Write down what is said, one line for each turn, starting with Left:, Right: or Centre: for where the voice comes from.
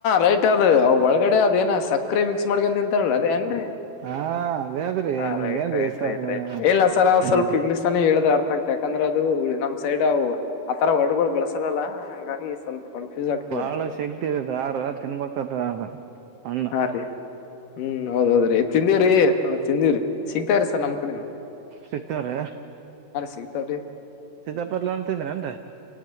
Left: ರೈಟ್ ಅದು ಒಳಗಡೆ ಅದೇನ ಸಕ್ಕ ಮಿಕ್ಸ್ ಮಾಡಕಂತ ತಿಂತಲಾಳ ಅದೇ ಅನರಿ
Right: ಹಾ ಅದೇ ಅದ್ರಿ
Left: ಹ
Right: ನೀವ್
Left: ರೈಟ್
Right: ಏನ್ರಿ
Left: ರೈಟ್
Right: ಸರ್
Left: ರೈಟ್ ರೈಟ್ ಇಲ್ಲ ಸರ್ ಅವ್
Right: ಹ್ಮ್
Left: ಸ್ವಲ್ಪ ಇಗ್ನಿಸ್ತಾನೆ ಹೇಳ್ದ ಅರ್ಥ ಆಗ್ತ. ಯಾಕಂದ್ರೆ ಅದು ನಮ್ ಸೈಡ್ ಆ ತರ ವರ್ಡ್ಗಳು ಬೆಳಸಲಲ್ಲ ಹಂಗಾಗಿ ಸ್ವಲ್ಪ ಕನ್ಫ್ಯೂಸ್ ಆಗ್ತದೆ.
Right: ಹಳ <unintelligible> ಯಾರ ತಿನ್ಬೇಕದ ಹಣ್ಣ
Left: ಹಾ ರೀ ಹ್ಮ್ ಹೌದೌಹೌದ್ರಿ ತಿಂದೀವ್ರಿ ತಿಂದೀವ್ರಿ ಸಿಗ್ತ್ರಿ ಸರ್ ನಮ್ ಕಡಿಂದ
Right: ಸಿಕ್ತವ್ರ
Left: ಸಿಗ್ತಾವ್ರಿ
Right: ಸೀತಾ ಪೇರಲನ್ ತಿಂದ್ರೇನ್ರೀ